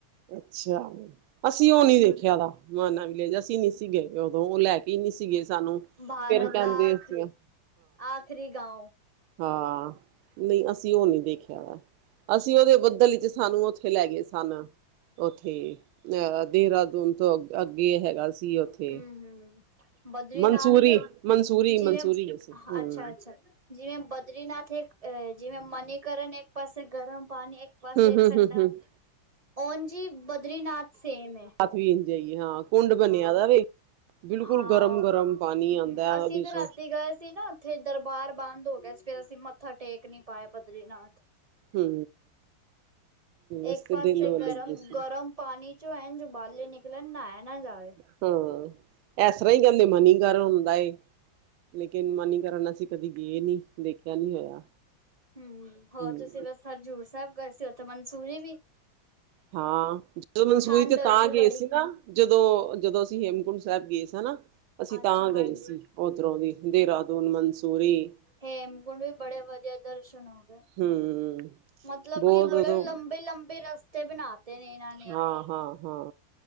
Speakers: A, on the right; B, on the right.
A: ਅੱਛਾ, ਅਸੀਂ
B: ਹਾਂਜੀ।
A: ਓ ਨੀ ਦੇਖਿਆ ਦਾ। ਮਾਨਾ ਵੀਲੇਜ ਅਸੀਂ ਨੀ ਸੀਗੇ ਉਦੋਂ ਓ ਲੈ ਕੇ ਈ ਨੀ ਸੀਗੇ ਸਾਨੂੰ।
B: ਭਾਰਤ
A: ਫਿਰ ਕੈਂਦੇ
B: ਦਾ ਆਖਰੀ
A: ਅਸੀ ਐਂ।
B: ਆਖਰੀ ਗਾਉ
A: ਹਾਂ, ਨਈ ਅਸੀਂ ਓ ਨੀ ਦੇਖਿਆ ਵਾ, ਅਸੀਂ ਓਦੇ ਬੱਦਲ ਚ ਸਾਨੂੰ ਓਥੇ ਲੈਗੇ ਸਨ। ਓਥੇ ਅ ਦੇਹਰਾਦੂਨ ਤੋਂ ਅ ਅੱਗੇ ਹੈਗਾ ਸੀ ਓਥ
B: ਹੂੰ,
A: ਥੇ
B: ਹੂੰ ਬਦਰੀਨਾਥ
A: ਮਨਸੂਰੀ
B: ਤੇ
A: ਮਨਸੂਰੀ
B: ਜਿਵੇਂ
A: ਮਨਸੂਰੀ ਗਏ ਸੀ, ਹੂੰ
B: ਅੱਛਾ-ਅੱਛਾ ਜਿਵੇਂ ਬਦਰੀਨਾਥ ਏ, ਜਿਵੇਂ ਮਨੀਕਰਨ ਇੱਕ ਪਾਸੇ ਗਰਮ ਪਾਣੀ ਇੱ ਕ ਪਾਸੇ
A: ਹਮ ਹਮ
B: ਠੰਡਾ,
A: ਹਮ ਹਮ
B: ਓਂਜ ਈ ਬਦਰੀਨਾਥ ਸੇਮ ਏ।
A: ਵੀਨ ਜਾਈਏ ਹਾਂ। ਕੁੰਡ
B: ਹਾਂ,
A: ਬਣਿਆ ਦਾ ਵੇ, ਬਿਲਕੁੱਲ
B: ਹਾਂ।
A: ਗਰਮ-ਗਰਮ ਪਾਣੀ ਆਂਦੈ
B: ਹੂੰ
A: ਓਦੇ
B: ਤੇ ਰਾਤੀ
A: ਚੋਂ।
B: ਅਸੀਂ ਗਏ ਸੀ ਨਾ ਓਥੇ ਦਰਬਾਰ ਬੰਦ ਹੋ ਗਿਆ ਸੀ, ਫਿਰ ਅਸੀਂ ਮੱਥਾ ਟੇਕ ਨੀ ਪਾਏ ਬਦਰੀਨਾਥ।
A: ਹੂੰ।
B: ਏਕ
A: ਅਸੀ ਤੇ
B: ਪਾਸੇ
A: ਦਿਨ ਵੇਲੇ
B: ਗਰਮ-ਗਰਮ
A: ਗਏ ਸੀ।
B: ਪਾਣੀ ਚੋ ਐਜ ਬਾਲੇ ਨਿਕਲਣ ਨਾਇਆ ਨਾ ਜਾਵੇ।
A: ਹੂ, ਐਸਰ੍ਹਾਂ ਈ ਕੈਂਦੇ ਮਨੀਕਰਨ ਹੁੰਦਾ ਏ, ਲੇਕਿਨ ਮਨੀਕਰਨ ਅਸੀਂ ਕਦੀ ਗਏ ਨੀ ਦੇਖਿਆ ਨੀ ਹੋਇਆ,
B: ਹੂੰ ਹੋਰ
A: ਹੂੰ।
B: ਤੁਸੀਂ ਬਸ ਹਜ਼ੂਰ ਸੈਬ ਗਏ ਸੀ ਉੱਥੇ ਮਨਸੂਰੀ ਵੀ।
A: ਹਾਂ ਜਦੋਂ ਮਨਸੂਰੀ
B: ਠੰਡ
A: ਤੇ
B: ਹੋਏਗੀ
A: ਤਾਂ ਗਏ
B: ਬੜੀ।
A: ਸੀ ਨਾ ਜਦੋਂ ਜਦੋਂ ਅਸੀਂ ਹੇਮਕੁੰਟ ਸਾਹਿਬ ਗਏ ਸਾ ਨਾ ਅਸੀਂ
B: ਅੱਛਾ
A: ਤਾਂ ਗਏ
B: ਹਾਂਜੀ
A: ਸੀ ਉਧਰੋਂ ਵੀ
B: ਹੂੰ।
A: ਦੇਹਰਾਦੂਨ, ਮਨਸੂਰੀ
B: ਹੇਮਕੁੰਡ ਵੀ ਬੜੇ ਵਧੀਆ ਦਰਸ਼ਨ ਹੋ ਗਏ।
A: ਹੂੰ।
B: ਮਤਲਬ
A: ਬਹੁਤ
B: ਕਿ ਬੜੇ
A: ਉਦੋਂ
B: ਲੰਬੇ ਲੰਬੇ ਰਸਤੇ ਬਣਾ ਤੇ ਨਹੀਂ ਤਾਂ
A: ਹਾਂ-ਹਾਂ-ਹਾਂ